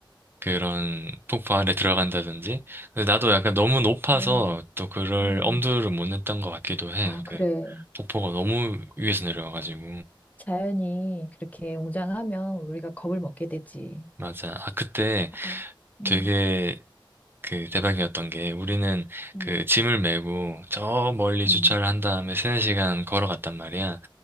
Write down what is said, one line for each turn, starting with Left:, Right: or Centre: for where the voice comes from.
Right: 그런 폭포 안에 들어간다든지. 근데 나도 약간 너무 높아서
Left: 음,
Right: 또 그럴
Left: 음.
Right: 엄두를 못 냈던 것 같기도 해.
Left: 아, 그래.
Right: 그 폭포가 너무 위에서 내려와가지고.
Left: 자연이 그렇게 웅장하면 우리가 겁을 먹게 되지.
Right: 맞아. 아, 그때
Left: 아, 음,
Right: 되게 그 대박이었던 게 우리는
Left: 음,
Right: 그 짐을 메고 저 멀리 주차를
Left: 음,
Right: 한 다음에 세네 시간 걸어갔단 말이야.